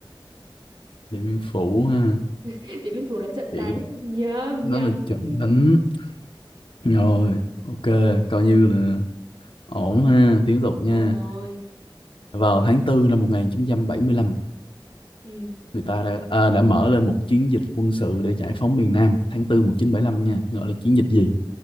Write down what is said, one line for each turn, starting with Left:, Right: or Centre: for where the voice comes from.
Left: Điện Biên Phủ ha
Right: Điện Biên Phủ là trận
Left: Điện,
Right: đánh nhầm
Left: đó
Right: nhầm
Left: là trận
Right: <laughs>
Left: đánh rồi ok coi như là ổn ha tiếp tục nha
Right: ồ nồi
Left: vào tháng tư năm 1975,
Right: ừ.
Left: người ta đã à, đã mở lên một chiến dịch quân sự để giải phóng miền Nam tháng 4 lăm nha gọi là chiến dịch gì